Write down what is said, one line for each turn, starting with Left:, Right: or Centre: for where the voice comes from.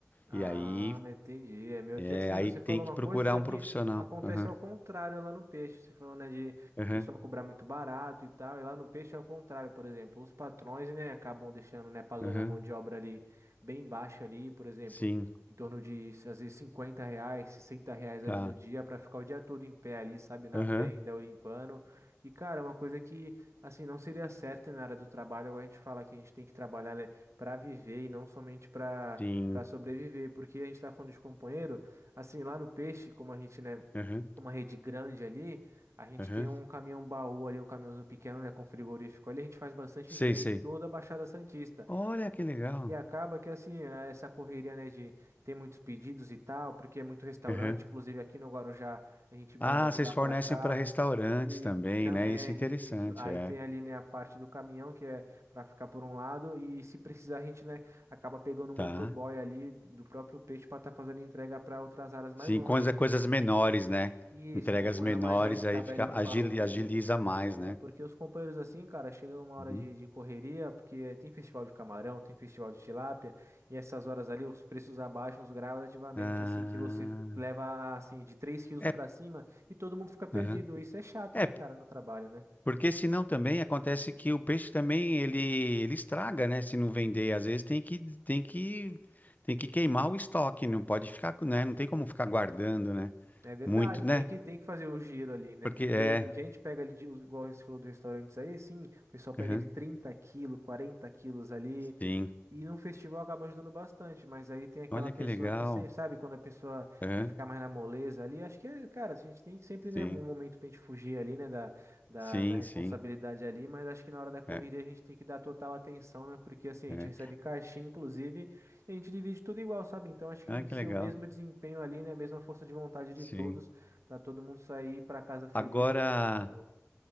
Right: Ah,
Left: E aí,
Right: entendi. É meio
Left: é,
Right: que assim,
Left: aí
Right: você
Left: tem
Right: falou
Left: que
Right: uma
Left: procurar
Right: coisa, só
Left: um
Right: que
Left: profissional.
Right: acontece
Left: Aham,
Right: ao contrário lá no peixe. Você falou, né, de
Left: aham,
Right: o pessoal cobrar muito barato e tal, e lá no peixe é ao contrário, por exemplo. Os patrões, né, acabam deixando, né, pagando
Left: aham.
Right: a mão de obra ali bem baixa ali, por exemplo,
Left: Sim,
Right: em torno de, às vezes, 50 reais, sessenta reais
Left: tá.
Right: ali no dia para ficar o dia todo em pé ali, sabe, na
Left: Aham,
Right: venda ou limpando. E, cara, é uma coisa que, assim, não seria certa na área do trabalho. Agora a gente fala que a gente tem que trabalhar, né, para viver e não somente para
Left: sim.
Right: para sobreviver, porque a gente está falando de companheiro, assim, lá no peixe, como a gente, né,
Left: Aham,
Right: uma rede grande ali, a gente
Left: aham.
Right: tem um caminhão baú ali, um caminhãozinho pequeno, né, com frigorífico ali, a gente faz bastante
Left: Sei,
Right: entrega
Left: sei.
Right: em toda a Baixada Santista.
Left: Olha que legal.
Right: E acaba que assim, eh, essa correria, né, de ter muitos pedidos e tal, porque é muito restaurante,
Left: Aham.
Right: inclusive aqui no Guarujá a gente manda
Left: Ah,
Right: de
Left: vocês
Right: lá
Left: fornecem
Right: para cá.
Left: para restaurantes
Right: E
Left: também,
Right: também
Left: né? Isso é interessante,
Right: isso, aí
Left: é.
Right: tem ali, né, a parte do caminhão que é para ficar por um lado e se precisar a gente, né, acaba pegando o
Left: Tá.
Right: motoboy ali do próprio peixe para estar fazendo entrega para outras áreas mais
Left: Sim,
Right: longe.
Left: coisa, coisas menores, né?
Right: E
Left: Entregas
Right: isso, uma coisa
Left: menores,
Right: mais é que
Left: aí
Right: cabe
Left: fica,
Right: ali no
Left: agili-
Right: baú.
Left: agiliza mais,
Right: É,
Left: né?
Right: porque os companheiros assim, cara, chega uma hora
Left: Uhum.
Right: de, de correria, porque tem festival de camarão, tem festival de tilápia, e essas horas ali os preços abaixam os gradativamente,
Left: Ah,
Right: assim que você f- leva, assim, de três quilos
Left: é,
Right: para cima e todo mundo fica perdido.
Left: aham.
Right: Isso é chato,
Left: É,
Right: né, cara, no trabalho, né?
Left: porque senão também acontece que o peixe também ele, ele estraga, né? Se não vender, às vezes tem que, tem que, tem que queimar o estoque, não pode ficar, né? Não tem como ficar guardando, né?
Right: É verdade,
Left: Muito,
Right: tem
Left: né?
Right: que, tem que fazer o giro ali, né?
Left: Porque
Right: Porque
Left: é,
Right: gente pega ali, de, igual você falou do restaurantes aí, sim, o pessoal pega
Left: aham,
Right: de 30 quilos, 40 quilos ali.
Left: sim.
Right: E num festival acaba ajudando bastante, mas aí tem aquela
Left: Olha
Right: pessoa
Left: que legal.
Right: que, sem- sabe, quando a pessoa
Left: Aham,
Right: quer ficar mais na moleza ali, acho que, cara, a gente tem sempre,
Left: Sim,
Right: né, um momento pra gente fugir ali, né, da, da,
Left: sim,
Right: da responsabilidade
Left: sim.
Right: ali, mas acho que na hora da correria
Left: É,
Right: a gente tem que dar total atenção, né, porque assim, a
Left: é.
Right: gente recebe caixinha, inclusive, e a gente divide tudo igual, sabe? Então acho que
Left: Ah,
Right: tem
Left: que
Right: que ser
Left: legal.
Right: o mesmo desempenho ali, né, a mesma força de vontade de
Left: Sim.
Right: todos, pra todo mundo sair pra casa feliz
Left: Agora,
Right: do jeito que chegou.